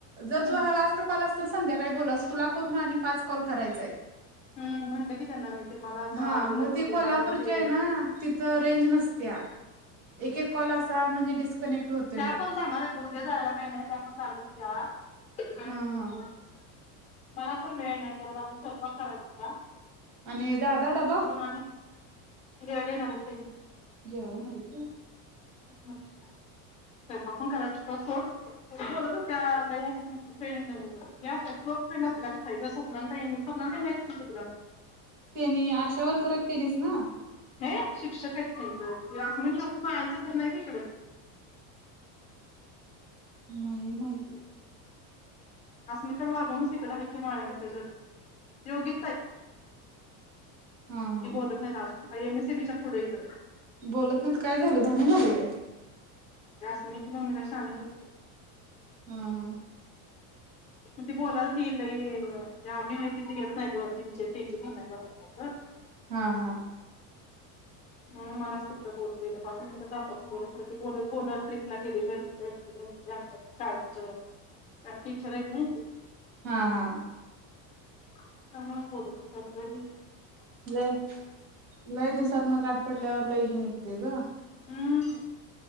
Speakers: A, on the right; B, on the left.
A: जर
B: हम्म
A: तू हा लास्ट कॉल अस संध्याकाळी बोलास तुला करून आणि पाच कॉल करायचाइत.
B: हम! म्हणलं की त्यांना मी ते मला असं
A: हा
B: अर्धवट
A: मग ते
B: किल्या
A: कोल्हापूरचे
B: त्यामुळं ते
A: आहे ना तिथं रेंज नसत्या एक एक कॉल असा म्हणजे डिस्कनेक्ट होतोय
B: त्या
A: मग
B: पण जाणार आहेत उद्या जायला काही नाही त्या पण चालू होत्या <unintelligible>
A: हा हा
B: <unintelligible> मला खरं वेळ नाही मला अजून स्वयंपाक करायचा होता.
A: आणि दादा डबा
B: म्हणून आणि जेवायला येणार आहेत तेन्ही.
A: जेवाय येणार येत
B: हम. स्वयंपाक पण करायचं होता सोड, पण बोलत होत्या लय अस म्हणजे फ्रेंड हे असत्यात बग क्लोज फ्रेंड असल्यागत तई आणि मी स्वपनाली तई माहिती असल की तुला
A: त्यानी आशावरकर आहेत तेनीच ना.
B: हे शिक्षक आहेत त्यांचं यास्मिन लागून मळ्याच घर नय व्हय इकडं.
A: नाही माहित.
B: अस्मिता म्हणस इकड <unintelligible>
A: हा हा
B: ते बोलत नाहीत <unintelligible> आय एम एस ए बीच्या पुढ हिकडं.
A: बोलत नाहीत काय झालय भांडन झालय काय?
B: यास्मिन ची मम्मी तर शानी <unintelligible>
A: हा हा.
B: मग ते बोलालती लय याम्ही हाय तीथ येत नाही हो हिची आणि तेंचि भांडण हायत वाढत कायतर.
A: हा हा.
B: नाही मलाच तिथं बोल पाच मिनिट जात बोलत ते बोलत बोलत ट्रीपला गेलेल हिकडं तिकड विषय असत्यात शाळेच त्यात टीचर हाइत ना.
A: हा हा.
B: <unintelligible> गणबडी
A: लय लय दिवसातन गाठ पडल्यावर लय ह निघत ते ग.
B: हम्म!